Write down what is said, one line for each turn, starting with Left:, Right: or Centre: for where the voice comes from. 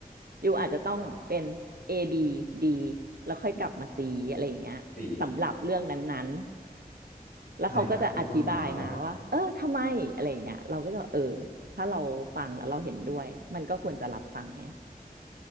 Right: อยู่อาจจะต้องเป็น
Left: ครับ
Right: A B D แล้วค่อยกลับมา C อะไรอย่างเงี้ยสำหรับเรื่องนั้น
Left: สี่
Right: ๆแล้วเขาก็จะอธิบายมาว่าเออทำไมอะไรอย่างเงี้ยเราก็จะเออ
Left: ใช่ครับถูกต้องว้าว
Right: ถ้าเราฟังแล้วเราเห็นด้วยมันก็ควรจะรับฟังไง